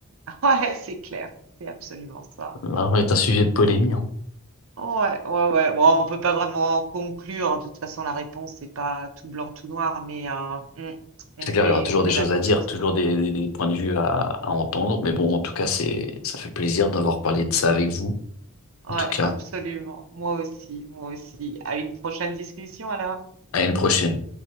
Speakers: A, on the right; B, on the left.
A: <laughs> Ouais, c'est clair, c'est absolument ça.
B: L'argent est un sujet de polémie, hein.
A: Ouais, ouais, ouais. Bon, on peut pas vraiment conclure, hein, de toute façon la réponse c'est pas tout blanc, tout noir, mais euh, mm, on
B: C'est clair,
A: est,
B: il y aura toujours
A: on
B: des
A: est
B: choses
A: d'accord
B: à dire,
A: sur ce
B: toujours
A: plan-là.
B: des, des- des points de vue à, à entendre. Mais bon, en tout cas, c'est, ça fait plaisir d'avoir parlé de ça avec vous. En
A: Ouais,
B: tout cas,
A: absolument. Moi aussi, moi aussi. À une prochaine discussion alors.
B: à une prochaine.